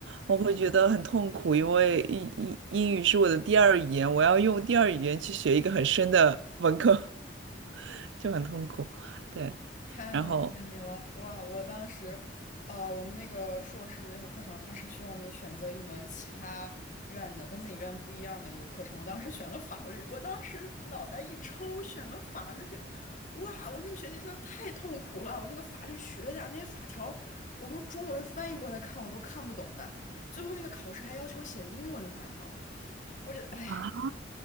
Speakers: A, on the right; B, on the left.
A: 我会觉得很痛苦，因为英英英语是我的第二语言，我要用第二语言去学一个很深的文科，<laughs> 就很痛苦。对，
B: 太能理解你了。
A: 然后
B: 哇，我当时，呃，我们那个硕士的那个课程，它是需要你选择一门其他院的跟自己院不一样的一个课程。我当时选了法律，我当时脑袋一抽选了法律。哇，我那个学期真的太痛苦了，我那个法律学的啊那些法条，我用中文翻译过来看我都看不懂的。最后那个考试还要求写英文的法条，我这哎，
A: 啊，